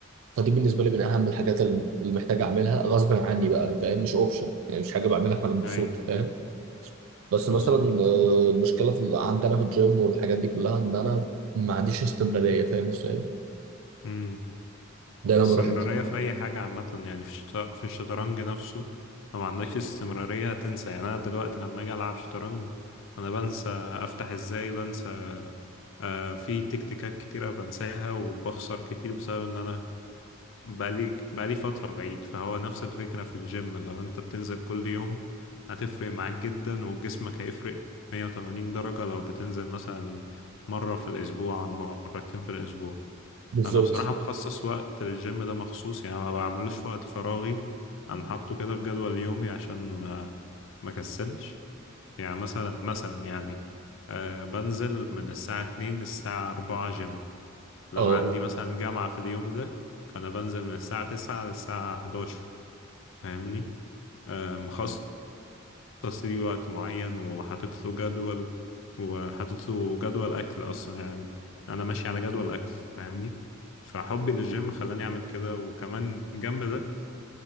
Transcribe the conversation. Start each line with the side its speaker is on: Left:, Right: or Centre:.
Right: فدي بالنسبه لي من اهم الحاجات اللي اللي محتاج اعملها غصب عني بقى فاهم مش اوبشن يعني مش حاجه بعملها وانا مبسوط
Left: ايوه
Right: فاهم بس
Left: بالظبط
Right: مثلا آه، المشكله في عندنا في الجيم والحاجات دي كلها ان انا ما عنديش استمراريه فاهم ازاي
Left: امم
Right: ده
Left: الاستمرارية
Right: لو ما رحتش
Left: في اي حاجة عامة يعني في الشط- في الشطرنج نفسه لو ما عندكش استمرارية هتنسى يعني انا دلوقتي لما اجي العب شطرنج انا بنسى افتح ازاي بنسى آه في تكتيكات كتيرة بنساها وبخسر كتير بسبب ان انا بقالي بقالي فترة بعيد فهو نفس الفكرة في الجيم لو انت بتنزل كل يوم هتفرق معاك جدا وجسمك هيفرق 180 درجة لو بتنزل مثلا مرة في الأسبوع ولا مرتين في الأسبوع
Right: بالظبط
Left: أنا بصراحة مخصص وقت للجيم ده مخصوص يعني ما بعملوش في وقت فراغي أنا حاطه كده في جدول يومي عشان ما ما كسلش يعني مثلا مثلا يعني آه بنزل من الساعة 2 للساعة 4 جيم لو
Right: اه
Left: عندي مثلا جامعة في اليوم ده فأنا بنزل من الساعة تسعة للساعة حداشر فاهمني آه، مخصص ليه وقت معين وحاطط له جدول وحاطط له جدول أكل أصلا يعني أنا ماشي على جدول أكل فاهمني فحبي للجيم خلاني أعمل كده وكمان جنب ده